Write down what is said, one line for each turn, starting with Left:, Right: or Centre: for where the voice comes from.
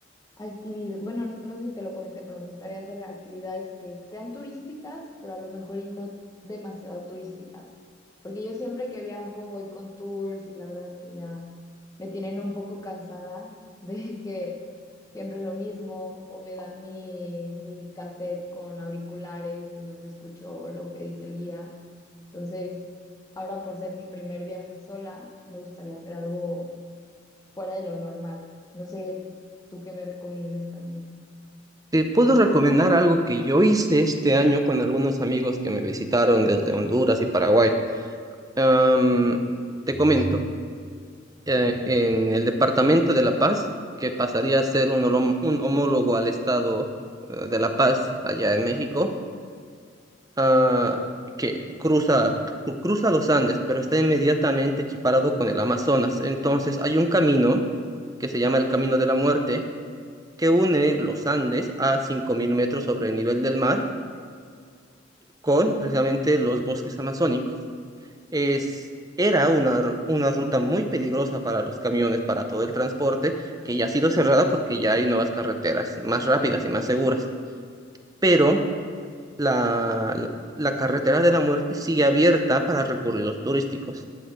Left: actividad, bueno, no sé si te lo comenté, pero me gustaría hacer actividades que sean turísticas, pero a lo mejor y no demasiado turísticas, porque yo siempre que viajo voy con tours y la verdad es que ya me tienen un poco cansada de <laughs> que siempre es lo mismo o me dan mi, mi cassette con auriculares en donde escucho lo que dice el guía. Entonces, ahora por ser mi primer viaje sola, me gustaría hacer algo fuera de lo normal. No sé, tú qué me recomiendes también.
Right: Te puedo recomendar algo que yo hice este año con algunos amigos que me visitaron desde Honduras y Paraguay. Am, te comento. eh, en el Departamento de La Paz, que pasaría a ser un, holom- un homólogo al Estado eh, de La Paz, allá en México, ah, que cruza, cru- cruza los Andes, pero está inmediatamente equiparado con el Amazonas. Entonces hay un camino que se llama el Camino de la Muerte, que une los Andes a 5.000 metros sobre el nivel del mar con precisamente los bosques amazónicos. es, era una, una ruta muy peligrosa para los camiones, para todo el transporte, que ya ha sido cerrada porque ya hay nuevas carreteras más rápidas y más seguras. Pero la, la, la carretera de la muerte sigue abierta para recorridos turísticos.